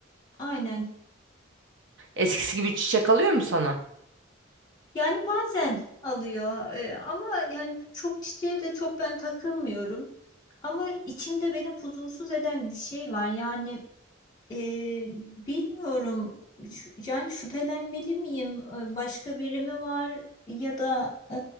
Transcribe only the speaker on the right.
Eskisi gibi çiçek alıyor mu sana?